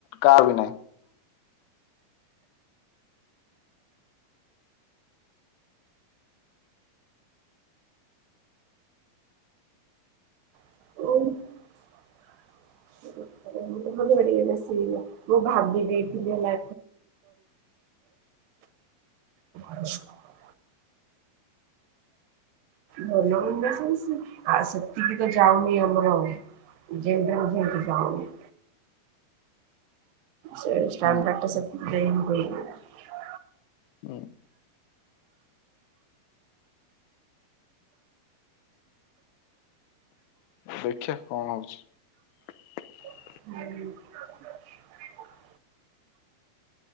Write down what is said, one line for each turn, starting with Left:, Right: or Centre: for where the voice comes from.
Left: କାହାର ବି ନାଇଁ
Right: <unintelligible> <unintelligible> ମୁଁ ଭାବିିଦେଇଥିଲି ହେଲା <unintelligible> ଭଲ ବି ସେ ଆଉ ସେତିକି ତ ଯାଉନି ଆମର ଯେମତି ଯେମତି ଯାଉନି ସେ ଷ୍ଟା
Left: ହୁଁ
Right: <unintelligible> <unintelligible> <unintelligible>
Left: ଉଁ <unintelligible> ଦେଖିଆ କଣ ହଉଚି <unintelligible>
Right: <unintelligible> <unintelligible>